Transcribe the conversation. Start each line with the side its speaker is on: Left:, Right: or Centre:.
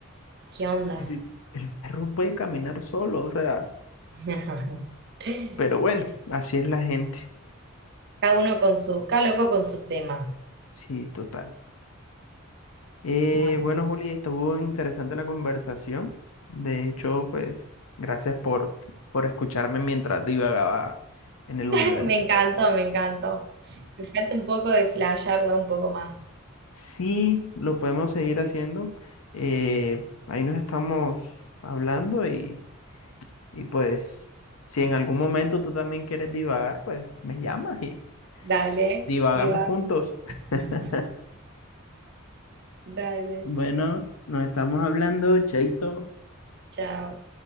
Right: ¿qué onda?
Left: el, el perro puede caminar solo, o sea,
Right: <laughs>
Left: pero bueno,
Right: Sí,
Left: así es la gente.
Right: cada uno con su, cada loco con su tema.
Left: Sí, total. Eh,
Right: Bueno,
Left: bueno, Juli, estuvo interesante la conversación. De hecho, pues, gracias por, por escucharme mientras divagaba en el
Right: <laughs>
Left: universo.
Right: me encantó, me encantó. Me falta un poco de flashearla un poco más.
Left: Sí, lo podemos seguir haciendo. Eh, ahí nos estamos hablando y Y pues, si en algún momento tú también quieres divagar, pues me llamas y
Right: Dale,
Left: divagamos
Right: diva.
Left: juntos.
Right: <laughs>
Left: <laughs>
Right: Dale,
Left: Bueno, nos estamos hablando, Chaito.
Right: chao.